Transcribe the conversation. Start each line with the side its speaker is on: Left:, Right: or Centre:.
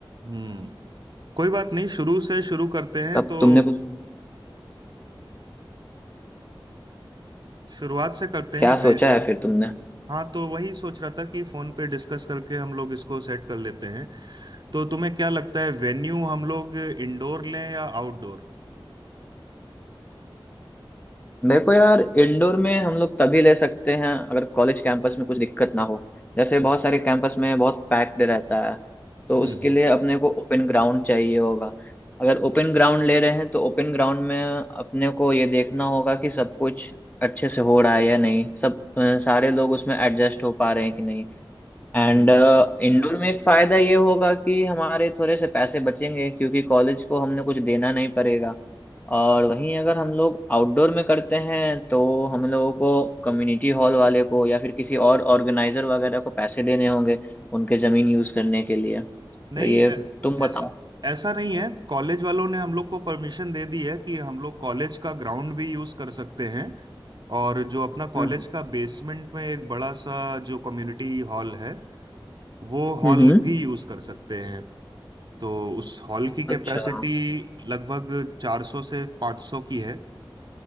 Right: हम्म कोई बात नहीं शुरू से शुरू करते हैं
Left: तब
Right: तो
Left: तुमने कुछ
Right: शुरुआत से करते
Left: क्या
Right: हैं वे
Left: सोचा है फिर तुमने
Right: हाँ तो वही सोच रहा था कि फोन पे डिस्कस करके हम लोग इसको सेट कर लेते हैं तो तुम्हें क्या लगता है वेन्यू हम लोग इंडोर लें या आउटडोर
Left: देखो यार इंडोर में हम लोग तभी ले सकते हैं अगर कॉलेज कैंपस में कुछ दिक्कत ना हो जैसे बहुत सारे कैंपस में बहुत पैक्ड रहता है तो
Right: हम्म
Left: उसके
Right: हम्म
Left: लिए अपने को ओपन ग्राउंड चाहिए होगा अगर ओपन ग्राउंड ले रहे हैं तो ओपन ग्राउंड में अपने को ये देखना होगा कि सब कुछ अच्छे से हो रहा है या नहीं सब अ, सारे लोग उसमें एडजस्ट हो पा रहे हैं कि नहीं
Right: हम्म।
Left: एंड uh, इंडोर में एक फायदा ये होगा कि हमारे थोड़े से पैसे बचेंगे क्योंकि कॉलेज को हमने कुछ देना नहीं पड़ेगा और वहीं अगर हम लोग आउटडोर में करते हैं तो हम लोगों को कम्युनिटी हॉल वाले को या फिर किसी और ऑर्गेनाइजर वगैरह को पैसे देने होंगे उनके जमीन यूज करने के लिए तो
Right: नहीं
Left: ये
Right: ऐ-
Left: तुम बताओ
Right: ऐसा ऐसा नहीं है कॉलेज वालों ने हम लोग को परमिशन दे दी है कि हम लोग कॉलेज का ग्राउंड भी यूज कर सकते हैं और जो अपना कॉलेज
Left: हम्म
Right: का बेसमेंट में एक बड़ा सा जो कम्युनिटी हॉल है वो हॉल
Left: हम्म हम्म,
Right: भी यूज कर सकते हैं तो उस हॉल की कैपेसिटी
Left: अच्छा हम्म
Right: लगभग 400 से 500 की है